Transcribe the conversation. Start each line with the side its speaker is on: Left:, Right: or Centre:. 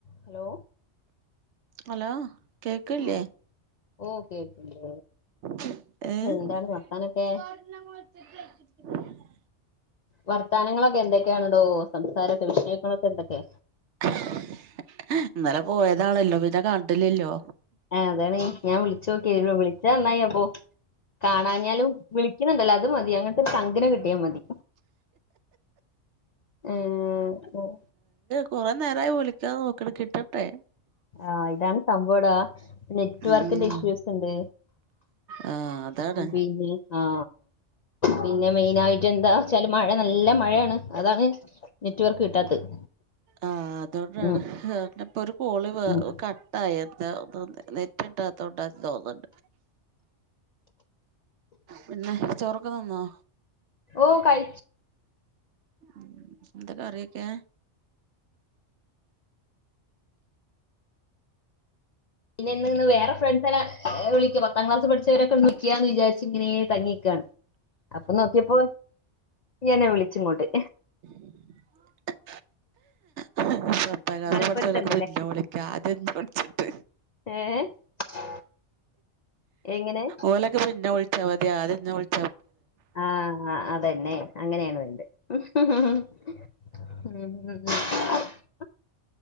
Left: Hello
Right: hello കേക്കല്ലേ
Left: ആഹ് ഓ, കേക്ക്ണ്ട്.
Right: ഏഹ്.
Left: എന്താണ് വർത്താനൊക്കെ വർത്താനങ്ങളൊക്കെ, എന്തൊക്കെയാണടോ, സംസാരൊക്കെ, വിഷയങ്ങളൊക്കെ, എന്തൊക്കെ
Right: ആ. ഇന്നലെ, പോയതാണല്ലോ, പിന്നെ കണ്ടിലല്ലോ.
Left: ആ, അതാണ്, ഞ, ഞാൻ, വിളിച്ചോക്കിയെ, വിളിച്ചന്നായി, അപ്പൊ. കാണാഞ്ഞാലും, വിളിക്കുന്നുണ്ടല്ലോ, അത് മതി, അങ്ങനത്തെ, ഒരു, ചങ്കിനെ, കിട്ടിയാതി. ഉം.
Right: കുറെേ, നേരായി, വിളിക്കാൻനോക്ക്ണ്, കിട്ടണ്ടെ.
Left: ആഹ, ഇതാണ്, സംഭവം ഡാ, നെറ്റ് വർക്കിന്റെ,
Right: ഉം
Left: ഇഷ്യൂസ് ണ്ട്.
Right: ആ അതാണ്
Left: പിന്നെ, ആ, പിന്നെ മെയിനായിട്ട് <unintelligible> എന്താ, വച്ചാല്, മഴ, നല്ല മഴയാണ്, അതാണ്, നെറ്റ്വർക്ക്, കിട്ടാത്തത്.
Right: ആഹ, അതുകൊണ്ടാണ്,
Left: ഉം
Right: ഹഹ്, <unintelligible>
Left: ഉം
Right: കട്ടായത, തോന്നെ, നെറ്റിട്ടാത്തൊണ്ട, തോന്നുണ്ട്. പിന്നെ ചോറൊക്കെ തിന്നോ
Left: <inaudible> ഓ, കയ്ച്ച
Right: മ്മ്, എന്ത കറിയൊക്കെ.
Left: പിന്നെ, ഇന്ന്, ന്ന്, വേറെ ഫ്രണ്ട്‌ല്ല, വിളിക്ക, അ, പത്താം, ക്ലാസ്സ്‌ പഠിച്ചോരൊക്കെന്ന്, വിളിക്കാന്ന്, വിചാരിച്ച ഇതിങ്ങനെ, തങ്ങിക്കാണ്, അപ്പൊ, നോക്കിയപ്പോ എന്നെ, വിളിച്ച്ങ്ങോട്ട്.
Right: <inaudible> പത്താം
Left: മനപ്പൊരുത്തണ്ടല്ലേ
Right: ക്ലാസ് പഠിച്ചലൊക്കെ ന്നെ വിളിക്കാ അതെന്ത ന്നെ വിളിച്ചിട്ട്
Left: ഏ എങ്ങനെ
Right: ഓലൊക്കെ പിന്നെ വിളിച്ചാ മതി ആദ്യം ന്നെ വിളിച്ച
Left: ആഹ് അതന്നെ അങ്ങനെയാണ് വേണ്ടത് <unintelligible>